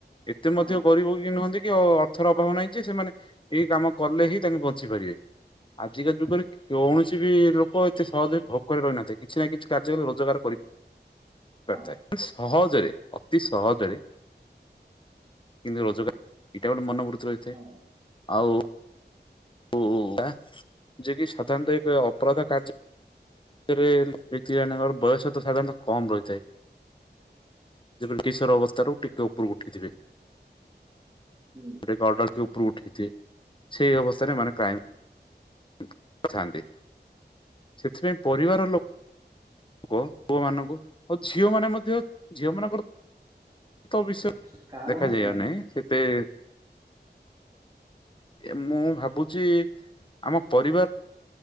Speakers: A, on the left (about 30°); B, on the right (about 20°).
A: ଏତେ ମଧ୍ୟ
B: ହଁ
A: ଗରିବ କି ନୁହଁନ୍ତି। କି ଅର୍ଥର ଅଭାବ ନାହିଁ ଯେ ସେମାନେ ଏଇ କାମ କଲେ ହିଁ ତାଙ୍କୁ ବଞ୍ଚି ପାରିବେ। ଆଜିକା ଯୁଗରେ କୌଣସି ବି ଲୋକ ଏତେ ସହଜରେ ଭୋକ ରେ ରହିନଥିବେ। କିଛି ନା କିଛି କାର୍ଯ୍ୟ ରେ ରୋଜଗାର କରି
B: ହଁ
A: ପାରିଥାଏ ସହଜରେ ଅତି ସହଜରେ। କିନ୍ତୁ ରୋଜଗାର ଏଟା ଗୋଟେ ମନୋବୃର୍ତ୍ତି ରହିଛି।
B: ହଁ ଛୁ।
A: ଆଉ। ହୁଁ ଟା ଯିଏ କି ସାଧାରଣତଃ ଏକ ଅପରାଧ କାର୍ଯ୍ୟ। ରେ ବ୍ୟକ୍ତି ଜଣଙ୍କର ବୟସ ତ ସାଧାରଣତଃ କମ ରହିଥାଏ। ଯେବେ କିଶୋର ଅବସ୍ଥାରୁ ଟିକେ ଉପରୁକୁ ଉଠିଥିବେ।
B: ହୁଁ
A: ସେ ଅର୍ଡର ଯୋଉଁ ଉପୁରୁ ଉଠେଇଥିବେ। ସେଇ ଅବସ୍ଥାରେ ମାନେ କ୍ରାଇମି
B: <unintelligible>
A: ଲୋକ ଥାନ୍ତି ସେଥିପାଇଁ ପରିବାର ଲୋ ପୁୁଅ ପୁଅ ମାନଙ୍କୁ ଆଉ ଝିଅ ମାନେ ମଧ୍ୟ ଝିଅ ମାନଙ୍କର ତ ବିଷୟ
B: ସେ କାରଣ
A: ଦେଖାଯିବା
B: କଣ ହେଲା?
A: ନାଇଁ ସେତେ ଏ ମୁଁ ଭାବୁଛି ଆମ ପରିବାର